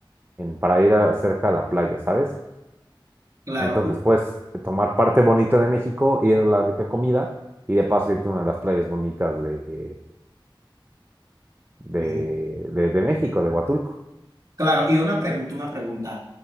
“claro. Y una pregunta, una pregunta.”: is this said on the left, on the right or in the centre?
Right